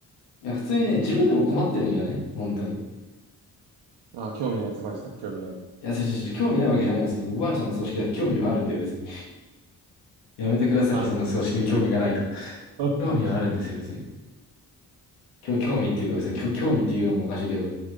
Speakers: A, on the left; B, on the right.
A: いや、普通にね、自分でも困ってるんよね。本当に。い
B: あ、興味ないやつマジで興味ない。
A: や、ちょちょちょ、興味ないわけじゃないよ。そのおばあちゃんの葬式だって興味はあるんだよ、別に。やめてくださいよ、
B: あ、
A: そんな葬式に興味がないと。<laughs>
B: <laughs>
A: 興味はあるんですよ、別に。興興味っていうか別に興、興味っていうのもおかしいけど、